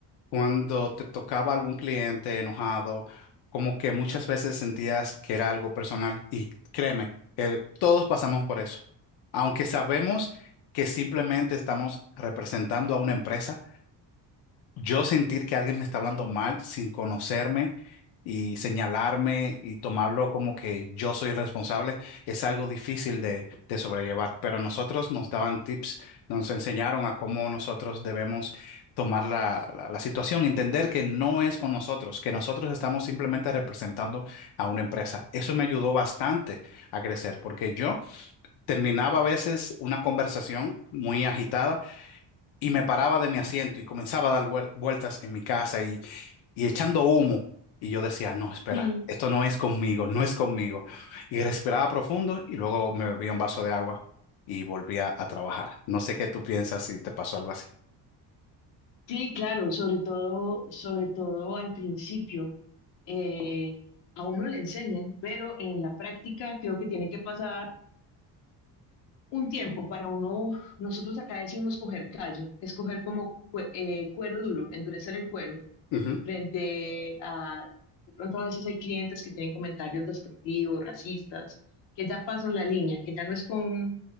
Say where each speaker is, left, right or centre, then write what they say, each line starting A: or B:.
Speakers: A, on the left; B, on the left.
A: cuando te tocaba algún cliente enojado, como que muchas veces sentías que era algo personal y créeme, eh, todos pasamos por eso. Aunque sabemos que simplemente estamos representando a una empresa yo sentir que alguien me está hablando mal sin conocerme y señalarme y tomarlo como que yo soy el responsable es algo difícil de, de sobrellevar. Pero a nosotros nos daban tips, nos enseñaron a cómo nosotros debemos tomar la, la, la situación, entender que no es con nosotros, que nosotros estamos simplemente representando a una empresa. Eso me ayudó bastante a crecer porque yo terminaba a veces una conversación muy agitada y me paraba de mi asiento y comenzaba a dar vuel- vueltas en mi casa y, y echando humo. Y yo decía, no, espera,
B: Sí,
A: esto no es conmigo, no es conmigo. Y respiraba profundo y luego me bebía un vaso de agua y volvía a trabajar. No sé qué tú piensas si te pasó algo así.
B: Sí, claro, sobre todo, sobre todo al principio, eh, a uno le enseñan, pero en la práctica creo que tiene que pasar un tiempo para uno, nosotros acá decimos coger callo, es coger como cue- eh, cuero duro, endurecer el cuero
A: Ujú.
B: frente a, de pronto a veces hay clientes que tienen comentarios despectivos, racistas, que ya pasan la línea, que ya no es con